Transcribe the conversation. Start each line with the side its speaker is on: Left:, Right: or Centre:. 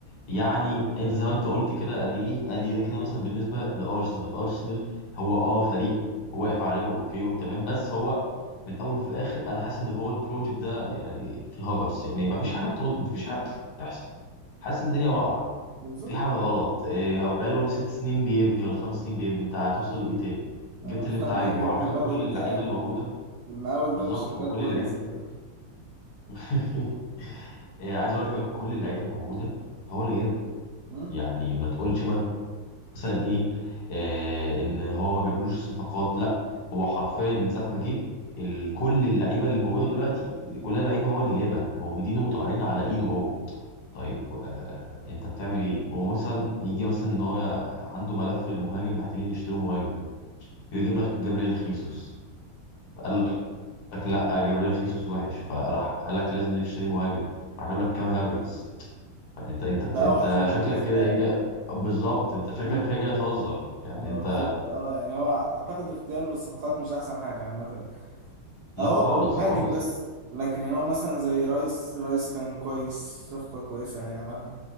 Left: يعني انت زي ما انت قلت كده ادي ايه ادي ده كده مثلا بالنسبه لارسنال ارسنال هو اه فريق واقف على رجله اوكي وتمام بس هو من الاول وفي الاخر انا حاسس ان اللي هو البروجكت ده يعني في الهجرس يعني ما فيش حاجه بتوز... ما فيش حاجه بتحصل حاسس الدنيا واقعه
Right: بالظبط
Left: في حاجه غلط إيه بقاله ست سنين بيبني ولا خمس سنين بيبني انت هتوصل لايه تاني جبت
Right: انا مش
Left: اللي
Right: فاهم
Left: انت عايزه
Right: هيبني
Left: وعلى فكره
Right: الغد
Left: كل
Right: امتى
Left: اللعيبه
Right: يعني
Left: اللي موجوده
Right: المقاول
Left: بالظبط
Right: ده مش شغال
Left: وكل
Right: كويس
Left: اللعيبه
Right: كده
Left: <laughs> إيه عايز اقول لك كمان كل اللعيبه الموجوده هو اللي جايبها
Right: مم.
Left: يعني ما تقولش مثلا ايه آه ان هو ما جابلوش صفقات لا هو حرفيا من ساعه ما جه ال- كل اللعيبه اللي موجوده دلوقتي كلها لعيبه هو اللي جايبها موجودين وطالعين على ايده هو طيب آه انت بتعمل ايه ومثلا يجي مثلا ان هو عنده ملف المهاجم محتاجين يشتروا مهاجم يجيب لك جابريل خيسوس قال لك لا جابريل خيسوس وحش فراح قال لك لازم نشتري مهاجم راح جاب لك كام هافرتس يعني انت انت بت...
Right: ده
Left: انت
Right: اوحش من
Left: شكلك
Right: فيفيز
Left: كده
Right: كان
Left: ايه جاي بالظبط انت شكلك
Right: مم.
Left: كده جاي تهزر يعني
Right: ما
Left: انت
Right: بالظبط اه يعني هو اعتقد اختياره للصفقات مش احسن حاجه عامه
Left: لا
Right: اهو
Left: خالص
Right: مهاجم
Left: خالص
Right: بس لكن يعني هو مثلا زي رايس رايس كان كويس صفقه كويسه يعني عملها